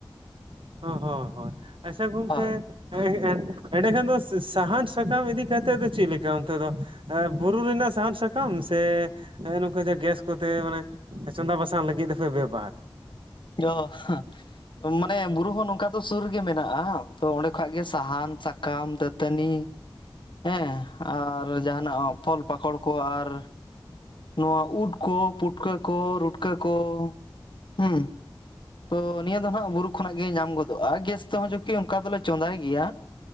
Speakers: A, on the right; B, on the left.
A: ᱦᱚ ᱦᱚ ᱦᱳᱭ ᱟᱪᱪᱷᱟ ᱜᱚᱝᱠᱮ
B: ᱦᱳᱭ
A: ᱦᱮᱸ ᱮᱸᱰᱮᱠᱷᱟᱱ ᱫᱚ ᱥᱟᱦᱟᱱ ᱥᱟᱠᱟᱢ ᱤᱫᱤ ᱠᱟᱛᱮ ᱫᱚ ᱪᱮᱫ ᱞᱮᱠᱟ ᱚᱱᱛᱮ ᱫᱚ ᱵᱩᱨᱩ ᱨᱮᱱᱟᱜ ᱥᱟᱦᱟᱱ ᱥᱟᱠᱟᱢ ᱥᱮ ᱱᱚᱝᱠᱟ ᱡᱟ ᱜᱮᱥ ᱠᱚᱛᱮ ᱢᱟᱱᱮ ᱪᱚᱸᱫᱟ ᱵᱟᱥᱟᱝ ᱞᱟᱹᱜᱤᱫ ᱫᱚᱯᱮ ᱵᱮᱵᱦᱟᱨ
B: <unintelligible> ᱢᱟᱱᱮ ᱵᱩᱨᱩ ᱦᱚᱸ ᱱᱚᱝᱠᱟ ᱫᱚ ᱥᱩᱨ ᱨᱮᱜᱮ ᱢᱮᱱᱟᱜ-ᱟ ᱛᱚ ᱚᱸᱰᱮ ᱠᱷᱟᱡ ᱜᱮ ᱥᱟᱦᱟᱱ ᱥᱟᱠᱟᱢ ᱫᱟᱹᱛᱟᱹᱱᱤ ᱦᱮᱸ ᱟᱨ ᱡᱟᱦᱟᱱᱟᱜ ᱯᱷᱚᱞ ᱯᱟᱠᱚᱲ ᱠᱚ ᱟᱨ ᱱᱚᱣᱟ ᱩᱫ ᱠᱚ ᱯᱩᱴᱠᱟᱹ ᱠᱚ ᱨᱩᱴᱠᱟᱹ ᱠᱚ ᱦᱩᱸ ᱛᱚ ᱱᱤᱭᱟᱹ ᱫᱚ ᱦᱟᱸᱜ ᱵᱩᱨᱩ ᱠᱷᱚᱱᱟᱜ ᱜᱮ ᱧᱟᱢ ᱜᱚᱫᱚᱜ-ᱟ ᱜᱮᱥ ᱛᱮᱦᱚᱸ ᱪᱩᱠᱤ ᱚᱱᱠᱟ ᱫᱚᱞᱮ ᱪᱚᱸᱫᱟᱭ ᱜᱮᱭᱟ